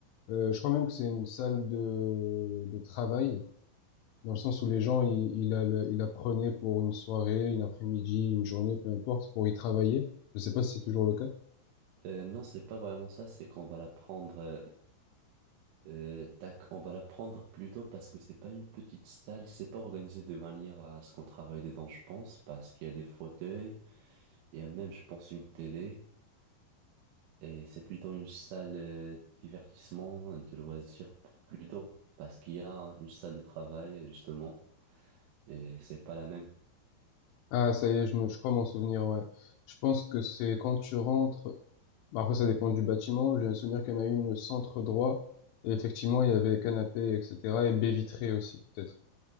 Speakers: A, on the left; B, on the right.
A: Euh, je crois même que c'est une salle de, de travail, dans le sens où les gens, ils, ils, la- la- ils la prenaient pour une soirée, une après-midi, une journée, peu importe, pour y travailler. Je sais pas si c'est toujours le cas.
B: Euh, non, c'est pas vraiment ça, c'est qu'on va la prendre, euh, euh, tac, on va la prendre plutôt parce que c'est pas une petite salle, c'est pas organisé de manière à ce qu'on travaille dedans, je pense, parce qu'il y a des fauteuils, il y a même, je pense, une télé, et c'est plutôt une salle euh, divertissement, de loisirs plutôt, parce qu'il y a une salle de travail, justement, et c'est pas la même.
A: Ah, ça y est, je, me, je crois m'en souvenir, ouais. Je pense que c'est quand tu rentres, bah, après ça dépend du bâtiment, j'ai le souvenir qu'il y en a une centre droit, et effectivement, il y avait canapé, etc., et baie vitrée aussi, peut-être.